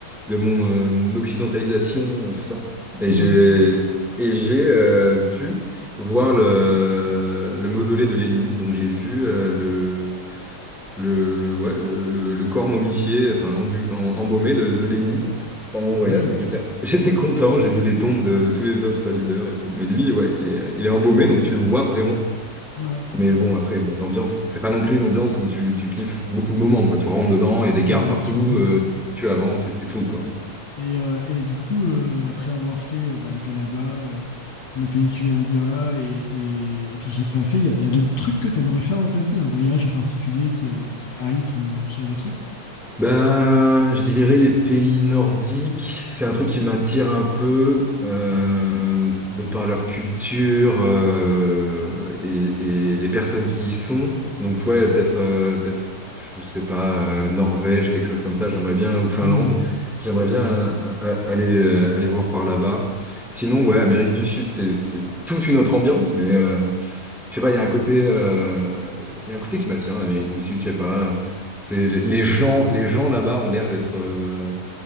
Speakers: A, in the centre; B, on the left (about 65°).
A: de mon euh, occidentalisation, euh, tout ça. Et
B: Mmh.
A: j'ai et j'ai euh, pu voir le, le mausolée de Lénine. Donc, j'ai vu euh, le, le, ouais, le, le- le corps momifié, enfin, embu- en- embaumé de, de Lénine pendant mon
B: Incroyable.
A: voyage. Donc, j'étais, <laughs> j'étais content. J'ai vu les tombes de, de tous les autres leaders et tout. Mais lui, ouais, il est, il est embaumé, donc tu le vois vraiment.
B: ouais
A: Mais bon, après, bon, l'ambiance, c'est pas non plus une ambiance où tu, tu kiffes beaucoup le moment, quoi. Tu rentres dedans, il y a des
B: Ouais,
A: gardes
B: bah,
A: partout,
B: tu m'étonnes.
A: euh, tu avances et c'est tout, quoi.
B: Et, heu, et du coup, heu, après avoir fait, heu, bah, le Canada, heu, le pays que tu viens de dire là et et et tout ce que tu as fait, il y a il y a d'autres trucs que tu aimerais faire dans ta vie? Un voyage en particulier qui, heu, qui te hype ou ce genre de truc?
A: Ben, je dirais les pays nordiques, c'est un truc qui m'attire un peu euh, de par leur culture euh, et, et les personnes qui y sont. Donc ouais, peut-être euh, peut-être je sais pas euh, Norvège, quelque chose comme ça, j'aimerais bien ou Finlande,
B: Mmh.
A: j'aimerais bien euh, euh, aller euh, aller voir par là-bas. Sinon ouais, Amérique du Sud, c'est c'est toute une autre ambiance mais euh, je sais pas, il y a un côté, euh, il y a un côté qui m'attire en Amérique du Sud, je sais pas. euh, C'est les les gens, les gens là-bas ont l'air d'être euh,